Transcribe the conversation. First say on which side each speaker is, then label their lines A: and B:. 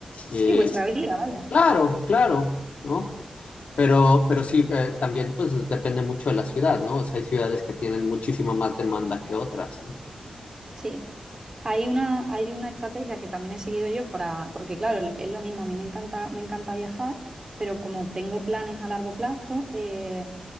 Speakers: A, on the left; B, on the right.
A: eh,
B: Sí, vuestra vida, vaya.
A: claro, claro, ¿no? Pero, pero sí, eh, también pues depende mucho de la ciudad, ¿no? O sea, hay ciudades que tienen muchísima más demanda que otras, ¿no?
B: Sí. Hay una, hay una estrategia que también he seguido yo para, porque claro, es lo mismo, a mí me encanta, me encanta viajar, pero como tengo planes a largo plazo, eh,